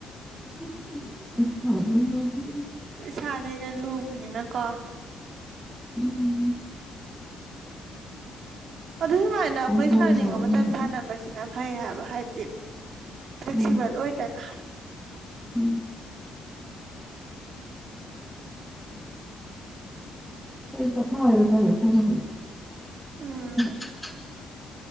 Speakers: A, in the centre; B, on the right.
A: <unintelligible>
B: ꯄꯩꯁꯥ ꯅ ꯍ‌‌ꯦꯟꯅ ꯂꯨꯕꯅꯤꯅ ꯀꯣ
A: <unintelligible>
B: ꯑꯗꯨ ꯁꯨꯃꯥꯏꯅ ꯑꯩꯈꯣꯏ
A: ꯄꯪꯂꯣꯏ
B: ꯁꯥꯟꯅꯤꯡꯕ
A: ꯂꯣꯏꯔꯦ
B: ꯃꯇꯝ ꯁꯥꯟꯅꯕꯁꯤꯅ ꯐꯩ ꯍꯥꯏꯕ ꯍꯥꯏꯗꯤ ꯐ꯭ꯂꯦꯛꯁꯤꯕꯜ
A: ꯎꯝ
B: ꯑꯣꯏꯗꯅ
A: ꯎꯝ ꯀ ꯄꯣꯊꯥ ꯍꯥꯏꯕ ꯃꯇꯝꯗ ꯁꯥꯟꯅꯦ
B: ꯎꯝ
A: <unintelligible>